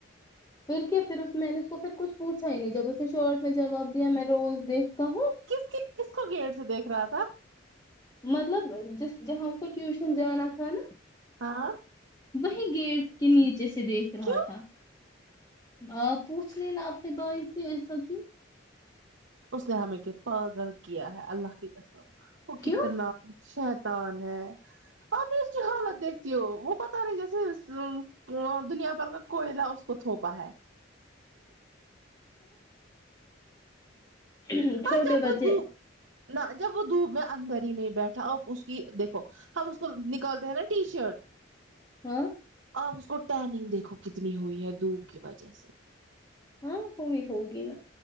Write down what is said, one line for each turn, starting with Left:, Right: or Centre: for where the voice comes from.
Left: پھر کیا پھر اس میں نے اس کو پھر کچھ پوچا ہی نہیں جب اس نے شارٹ میں جواب دیا میں روز دیکھتا ہوں
Right: کس ک کس کو گیٹ سے دیکھ رہا تھا
Left: مطلب جس جہاز ک ٹیوشن جانا تھا نا
Right: ہاں
Left: وہی گیٹ کے نیچے سے سے دیکھ رہا
Right: کیوں
Left: تھا آ پوچھ لینا اپنے بھائی سے ایسا کیوں
Right: اس نے ہمیں کیا پاگل کیا ہے اللہ کی قسم وہ
Left: کیوں
Right: کتنا شید ہے آپ نے اس کی حالت دیکھتی ہو وہ پتا نہیں جیسے دنیا بھر کا کوئلہ اس کو تھوپا ہے
Left: ہ <inaudible> چھوٹے
Right: ہاں جب
Left: بچے
Right: وہ دھوپ نہ جب وہ دھوپ میں اندر ہی نہیں بیٹھا اور اس کی دیکھو ہم اس کو نکالتے ہیں نا ٹی شرٹ
Left: ہاں
Right: آپ اس کو ٹہینگ دیکھو کتنی ہوئی ہے دوپ کی وجہ سے
Left: ہاں ہووئی ہوگین